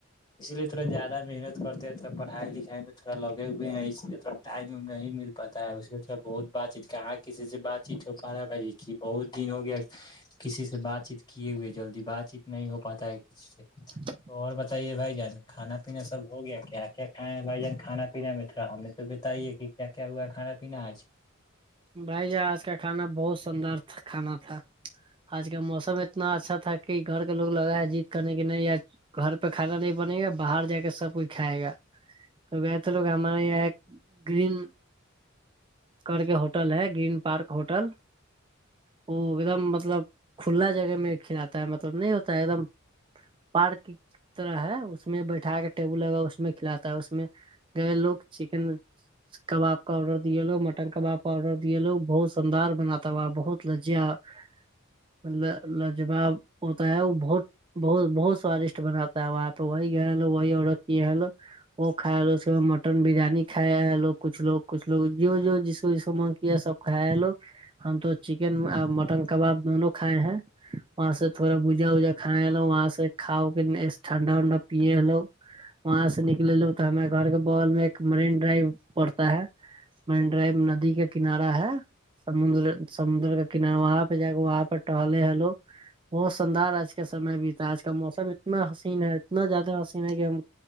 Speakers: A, on the left; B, on the right.
A: اسی لیے تھوڑا زیادہ محنت کرتے ہیں تھوڑ پڑھائی لکھائی میں تھوڑاگے ہوئے ہیں اس لیے تھوڑا ٹائم نہیں مل پتا ہے اس کے طرف بہت بات چیت کہاں کسی سے بات چیت ہو پا رہا ہے بھائی جی کہ بہت دن ہو گیا کسی سے بات چیت کیے ہوئے جلدی بات چیت نہیں ہو پاتا ہے کسی سے
B: <inaudible>
A: تو اور بتائیے بھائی جان کھانا پینا سب ہو گیا کیا کیا کھائےیں ہیں بھائی جان کھانا پینا میں تھڑا ہمیں تو بتائیے کہ کیا کیا ہوا ہے کھانا پینا آج
B: بھائی آج کا کھانا بہت شاندار کھانا تھا آج کا موسم اتنا اچھا تھا کہ گھر کے لوگ لگا ہے جیت کرنے کے نہیں یا گھر پہ کھانا نہیں بنے گا باہر جا کے سب کچھ کھائے گا تو گ تو لوگ ہمارے یہاں ایک گرین کر کے ہوٹل ہے گرین پارک ہوٹل وہ ایک دم مطلب کھلا جگہ میں کھلاتا ہے مطلب نہیں ہوتا ہے ایک دم پارک کی طرح ہے اس میں بیٹھا کے ٹیبل لگا اس میں کھلاتا ہے اس میں گئے لوگ چکن کباب کا آرڈر دیے لوگ مٹن کباب اور یہ لوگ بہت شاندار بناتا ہوا بہت لججیا ط لجواب ہوتا ہے وہ بہت بت بہت سوادشٹ بناتا ہے وہ آپ تو وائی گلو وائی اورا کل وہ کھ لو اس مٹن بریانی کھ لو کچھ لو کچھ لوگ جو جو جس تو اس کو مگ کیا سب کھاائے ہے لوگ ہم تو چکن اور مٹن کباب دونوں کھائے ہیں وہاں سے تھوڑا بوجا وجا کھائےلو وہاں سے کاؤ ٹھنڈا ونڈا پیے ہلو وہاں سے نکل ل تو ہمیں گھر کے بغل میں ایک مرین ڈرائیو پڑتا ہے مینڈرائی ندی کا کنارہ ہے سمندر سمندر کا کنارہ وہاں پہ جا کے وہاں پہ ٹہلے ہلو بہت شاندار آج کے سمے بھی تھا آج کا موسم اتنا حسین ہے اتنا زیادہ حسین ہے کہ ہم